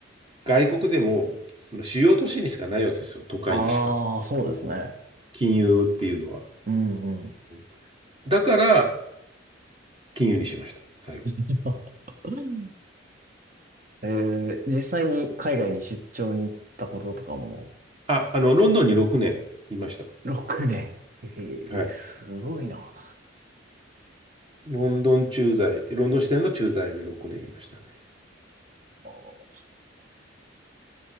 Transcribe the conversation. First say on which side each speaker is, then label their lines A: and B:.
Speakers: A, on the right; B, on the right.
A: 外国でも、その主要都市にしかないわけですよ。都会にしか。
B: ああ、そうですね。
A: 金融っていうのは。
B: うんうん。
A: うんだから、金融にしました。最後。
B: <laughs> えー実際に海外に出張に行ったこととかも、
A: あ、あの、ロンドンに6年いました。
B: 6年。ええ、
A: はい。
B: すごいな。は
A: ロンドン駐在、ロンドン支店の駐在で6年いましたね。
B: あ。